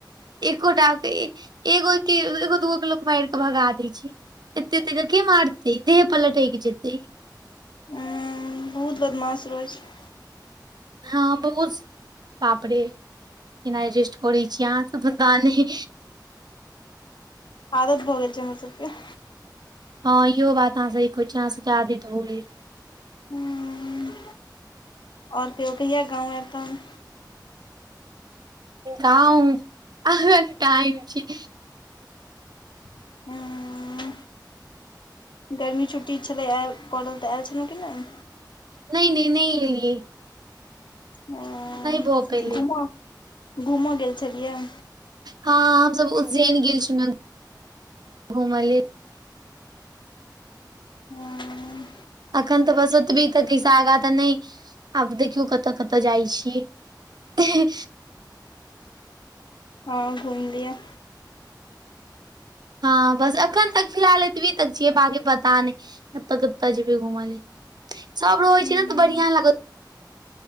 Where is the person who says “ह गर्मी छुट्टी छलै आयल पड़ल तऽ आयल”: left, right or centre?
Left